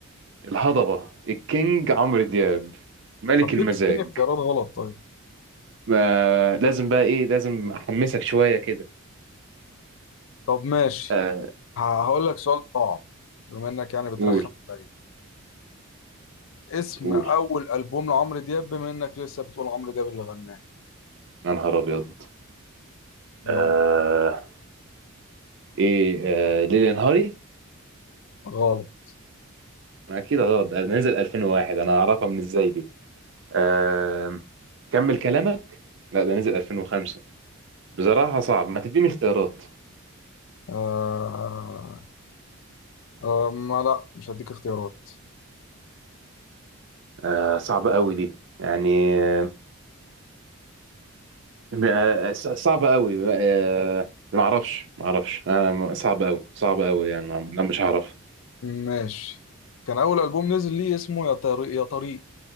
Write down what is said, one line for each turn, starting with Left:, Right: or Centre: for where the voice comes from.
Right: الهضبة الكينج عمرو دياب ملك
Left: طب
Right: المزاج
Left: ليه بتديني اختيارات غلط طيب
Right: ما لازم بقى إيه لازم أحمسك شوية كده
Left: طب ماشي
Right: آه
Left: ه- هقول لك سؤال صعب بما انك يعني بترخم
Right: قول
Left: عليا اسم
Right: قول
Left: اول البوم لعمرو دياب بما انك لسه بتقول عمرو دياب اللي غناه
Right: يا نهار أبيض
Left: يلا
Right: آه إيه آه ليلي نهاري؟
Left: غلط
Right: ما أكيد غلط ده نزل 2001 أنا أعرفها من إزاي دي آه كمل كلامك؟ لا ده نزل 2005 بصراحة صعب ما تديني اختيارات
Left: آه... آه... ما لا مش هديك اختيارات
Right: آه صعبة قوي دي يعني آه، آه، ص- صعبة قوي آه، ما اعرفش ما اعرفش انا م- صعب قوي صعب قوي يعني ما- انا مش هعرف
Left: ماشي كان اول البوم نزل ليه اسمه يا طريق يا طريق